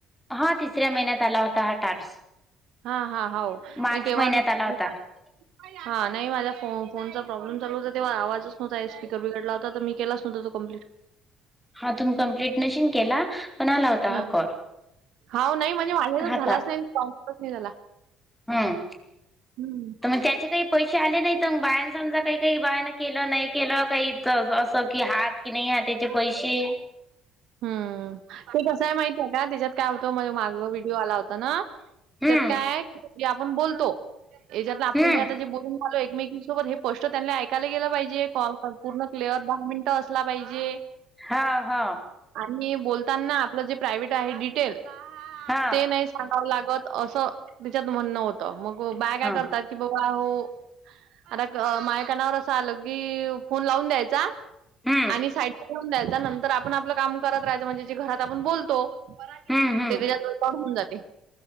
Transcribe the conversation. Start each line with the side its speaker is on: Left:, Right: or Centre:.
Centre: हा तिसऱ्या महिन्यात आला होता हा टार्स
Right: हा हा हो
Centre: मार्च
Right: मी तेव्हा
Centre: महिन्यात
Right: घेतली
Centre: आला <inaudible>
Right: हा नाही माझ्या फो फोनचा प्रॉब्लेम चाल होता तेव्हा आवाजच नव्हता आहे स्पीकर बिघडला होता तर मी केला नव्हता तो कम्प्लीट
Centre: हा तुम्ही कंप्लीट नशीन केला. पण आला होता हा
Right: ह
Centre: कॉल
Right: हा नाही म्हणजे माझ्याचा
Centre: हा
Right: झालाच नाहीच नाही झाला
Centre: हम
Right: हं.
Centre: तर मग त्याचे काही पैसे आले नाही. मग बायन समजा काही काही बायन केलं नाही केलं काही असं की हात की नाही हाताचे पैसे
Right: हम्म ते कसं आहे माहित आहे का त्याच्यात काय होतं मण माझ व्हिडिओ आला होता ना
Centre: हम्म
Right: त्यात काय आहे आपण बोलतो याच्यात आपण
Centre: हम्म
Right: हे आता जे बोलून चालो एकमेकीसोबत हे पोष्टट त्यांनी ऐकायला गेलं पाहिजे कॉल पूर्ण क्लिअर दहा मिनिटं असला पाहिजे
Centre: हा हा.
Right: आणि बोलताना आपलं जे प्रायव्ट आहे डिटेल
Centre: हा
Right: ते नाही गाव लागत असं त्यािच्यात म्हणणं होतं मग बा
Centre: हा
Right: काय करतात कि बाबा हो आता माझ्या कानावर असं आलं की फोन लावून द्यायचा
Centre: हम्म
Right: आणि साईेऊन द्यायचा नंतर आपण आपलं काम करत राहायचं म्हणजे जे घरात आपण बोलतो परा
Centre: हम्म
Right: कच्यावर
Centre: हम्म
Right: पण होऊन जाते